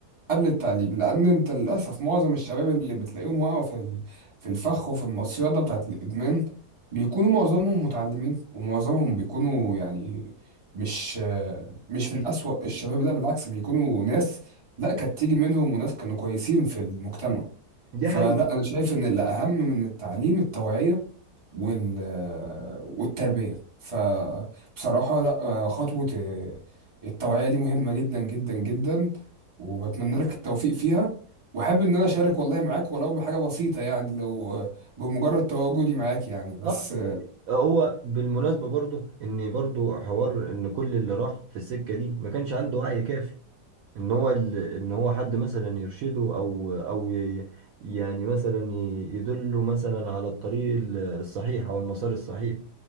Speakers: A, on the right; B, on the right.
A: قبل التعليم لان انت للاسف معظم الشباب اللي بتلاقيهم وقعوا في ال- في الفخ وفي المصيده بتاعت الادمان بيكونوا معظمهم متعلمين ومعظمهم بيكونوا يعني مش مش من اسوأ الشباب لا بالعكس بيكونوا ناس لا كانت تيجي منهم وناس كانوا كويسين في المجتمع
B: دي
A: فلا
B: حقيقة
A: انا شايف ان الاهم من التعليم التوعيه وال والتربية فبصراحة لا خطوة التوعية دي مهمة جدا جدا جدا وبتمنى لك التوفيق فيها وأحب إن أنا أشارك والله معاك ولو بحاجة بسيطة يعني لو بمجرد تواجدي معاك يعني بس
B: اه هو بالمناسبة برضو ان برضو حوار ان كل اللي راح في السكة دي ما كانش عنده وعي كافي ان هو ال... ان هو حد مثلا يرشده او او ي... يعني مثلا ي- يدله مثلا على الطريق ال- الصحيح او المسار الصحيح